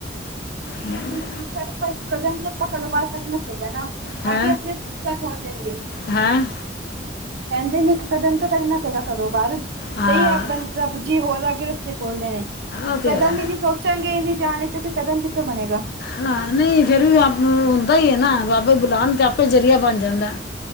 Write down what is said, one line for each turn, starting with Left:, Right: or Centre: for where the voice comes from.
Left: ਹਮ।
Right: ਰੂ ਆਪਾ ਕਦਮ ਤੇ ਆਪਾ ਘਰੋ ਬਹਾਰ ਕਡਣਾ ਚਾਹੀਦਾ ਨਾ।
Left: ਹੈ
Right: ਆਗੇ ਅਪਣੇ ਵਵਸਥਾ ਖੋਲ ਦੇਣਗੇ।
Left: ਹੈ ਹਾਂ
Right: ਕਹਿੰਦੇ ਨੇ ਇੱਕ ਕਦਮ ਤਾ ਕੱਢਣਾ ਪਏਗਾ ਘਰੋ ਬਾਹਰ।
Left: ਹਾਂ
Right: ਤੇਈ ਰਬ ਰੱਬ ਜੀ ਹੋਰ ਅੱਗੇ ਰਸਤੇ ਖੋਲਦੇ ਨੇ ਇੱਕ
Left: ਉਹ ਤੇ
Right: ਕਦਮ
Left: ਹੈ
Right: ਵੀ ਨੀ ਸੋਚ ਚਾਂਗੇ ਇ ਜਾਣ ਲਈ ਤੇ ਫਿਰ ਕਦਮ ਕਿੱਥੋਂ ਬਣੇਗਾ।
Left: ਹਾ ਨਹੀ ਫੇਰ ਵੀ ਆ ਹੁੰਦਾ ਹੀ ਹੈ ਨਾ ਬਾਬਾ ਬੁਲਾਉਣ ਤਾ ਆਪੇ ਜ਼ਰੀਆ ਬਣ ਜਾਂਦਾ।